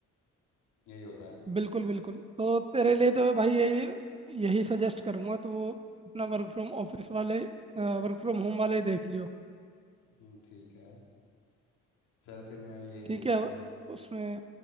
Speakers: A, on the left; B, on the right.
A: यही होता है
B: बिल्कुल बिल्कुल तो तेरे लिए तो भाई यही यही सजेस्ट करूंगा तो अपना वर्क फ्रॉम ऑफिस वाले वर्क फ्रॉम होम वाले ही देख लियो
A: हम्म, ठीक है चल फिर मैं यही देखता
B: ठीक है
A: हूँ
B: उसमें